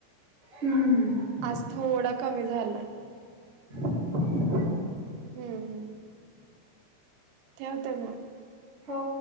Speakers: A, on the right; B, on the right.
A: हम्म हम
B: आज थोडा कमी झाला
A: हम्म
B: हम्म ठेवते म्हाग
A: हो